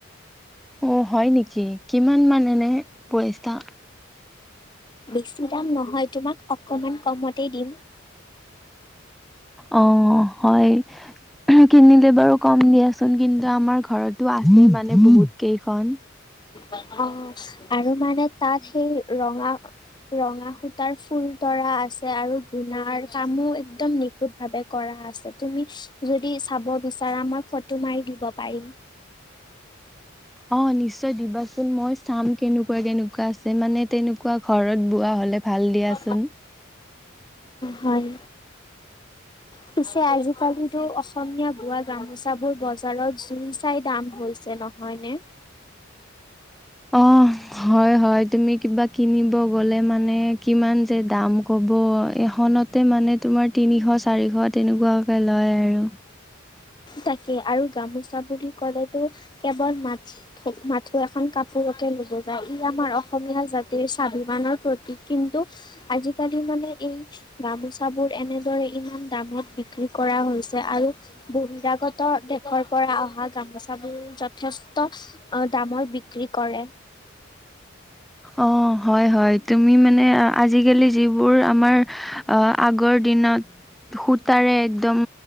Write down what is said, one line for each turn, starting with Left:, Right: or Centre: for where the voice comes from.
Centre: অ, হয় নেকি? কিমান মানে এনে পইচা?
Left: বেছি দাম নহয় তোমাক অকণমান কমতেই দিম।
Centre: অঁ হয়। কিনিলে বাৰু কম দিয়াচোন কিন্তু আমাৰ ঘৰতো আছেই মানে বহুত কেইখন।
Left: অ, আৰু মানে তাত সেই ৰঙা ৰঙা সূতাৰ ফুল তৰা আছে আৰু গুণাৰ কামো একদম <unintelligible> ভাৱে কৰা আছে তুমি যদি চাব বিচাৰা মই ফটো মাৰি দিব পাৰিম। <inaudible>
Centre: অ, নিশ্চয় দিবাচোন মই চাম কেনেকুৱা-কেনেকুৱা আছে, মানে তেনেকুৱা ঘৰত বোৱা হলে ভাল দিয়াচোন।
Left: অ, হয়। পিছে আজিকালিতো অসমীয়া বোৱা গামোচাবোৰ বজাৰত জুই চাই দাম হৈছে ন। হয়নে?
Centre: অ, হয়-হয় তুমি কিবা কিনিব গলে মানে কিমান যে দাম। হ'ব এখনতে মানে তোমাৰ তিনিশ-চাৰিশ তেনেকুৱাকে লয় আৰু।
Left: তাকে আৰু গামোচা বুলি ক'লেতো কেৱল মাত মাথো এখন কাপোৰকে নুবুজায়, ই আমাৰ অসমীয়া জাতিৰ স্বাভিমানৰ প্ৰতীক, কিন্তু আজিকালি মানে এই গামোচাবোৰ এনেদৰে ইমান দামত বিক্ৰী কৰা হৈছ আৰু বহিৰাগত ত' দেশৰ পৰা অহা গামোচাবোৰ যথেষ্ট দামত বিক্ৰী কৰে।
Centre: অ', হয়-হয়, তুমি মানে, আজিকালি যিবোৰ আমাৰ আহ, আগৰ দিনত সূতাৰে একদম,